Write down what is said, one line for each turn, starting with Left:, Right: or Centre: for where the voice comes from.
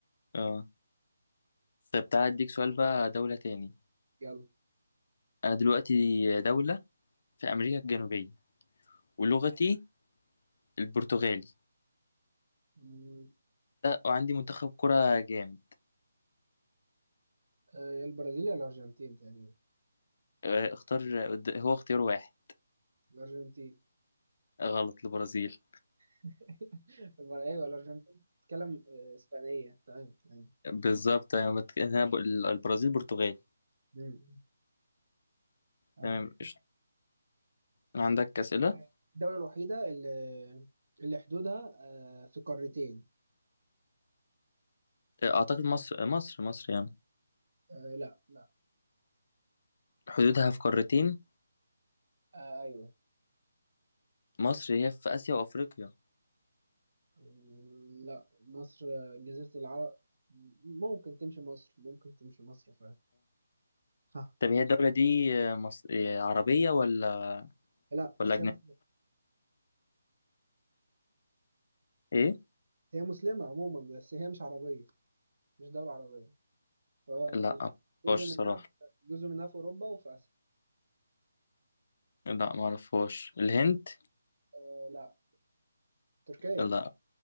Left: اه طب تعالى اديك سؤال بقى دولة تاني
Right: يلا
Left: انا دلوقتي دولة في امريكا الجنوبية ولغتي البرتغالي
Right: مم.
Left: ده وعندي منتخب كرة جامد
Right: آه، يا البرازيل يا الأرجنتين تقريبا
Left: آه، اختار قد- هو اختيار واحد
Right: الأرجنتين
Left: آه، غلط البرازيل
Right: <laughs> البر... أيوه الأرجنتين بتتكلم آه، إسبانية تمام تمام
Left: بالظبط أنا بت- أنا بقول البرازيل برتغالي
Right: مم. آه.
Left: تمام قشطة. عندك أسئلة
Right: آه، الدولة الوحيدة اللي, اللي حدودها آه، في قارتين
Left: آه، اعتقد مصر مصر مصر يعني
Right: آه، لا لا
Left: حدودها في قارتين
Right: آه، أيوه
Left: مصر هي في اسيا وافريقيا
Right: مم، لا مصر آه، جزيرة العرب ممكن تمشي مصر ممكن تمشي مصر فعلا صح
Left: طب هي الدولة دي آه، مص... إيه، عربية ولا
Right: لا بس
Left: ولا أجنبية؟
Right: هي مسلمة.
Left: إيه؟
Right: هي مسلمة عموما بس هي مش عربية مش دولة عربية آه،
Left: لا
Right: جزء
Left: معرفهاش
Right: منها
Left: صراحة
Right: جزء منها في أوروبا وفي آسيا
Left: لا معرفهاش الهند؟
Right: آه، لا تركيا
Left: لا